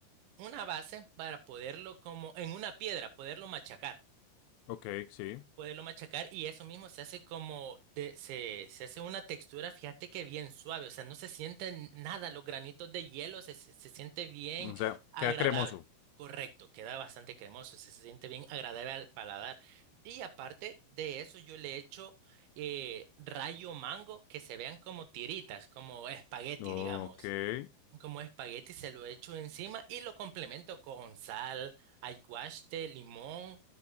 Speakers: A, on the right (about 85°); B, on the left (about 80°).
A: una base para poderlo como en una piedra, poderlo machacar
B: Ok, sí.
A: poderlo machacar y eso mismo se hace como, de- se, se hace una textura, fíjate que bien suave, o sea, no se sienten nada, los granitos de hielo se, se, se siente bien
B: O sea,
A: agradable.
B: queda cremoso.
A: Correcto, queda bastante cremoso, se, se siente bien agradable al paladar. Y aparte de eso, yo le echo eh, rayo mango que se vean como tiritas, como espagueti,
B: Ok.
A: digamos.
B: ¿Qué
A: Como espagueti se lo echo encima y lo complemento con sal, aguaste, limón,